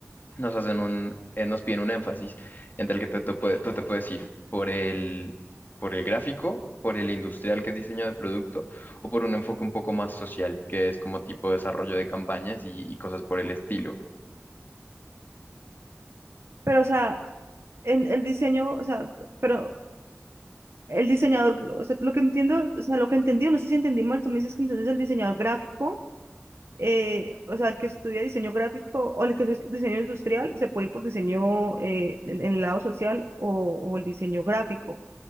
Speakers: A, on the left (about 40°); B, on the right (about 60°).
A: nos hacen un, eh, nos piden un énfasis entre el que te, te puede- tú te puedes ir por el, por el gráfico, por el industrial, que es diseño de producto, o por un enfoque un poco más social, que es como tipo desarrollo de campañas y y cosas por el estilo.
B: Pero, o sea, en el diseño, o sea, pero el diseñador, o sea, lo que entiendo, o sea, lo que entendí, no sé si entendí mal, tú me dices que entonces el diseñador gráfico, eh, o sea, el que estudia diseño gráfico o el que estudia diseño industrial, se puede ir por diseño eh, en, en el lado social o, o el diseño gráfico,